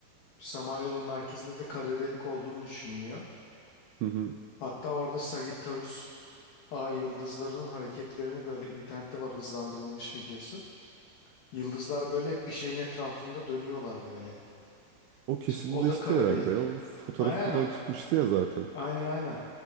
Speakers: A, on the left; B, on the right.
A: Samanyolu merkezinde de kara delik olduğunu düşünülüyor.
B: Hı hı.
A: Hatta orada Sagittarius A yıldızlarının hareketlerini böyle internette var hızlandırılmış videosu. Yıldızlar böyle hep bir şeyin etrafında dönüyorlar böyle.
B: O kesinleşti
A: İşte o da kara
B: herhalde.
A: delik.
B: O fotoğrafı
A: Aynen o
B: falan çıkmıştı ya zaten.
A: Aynen aynen.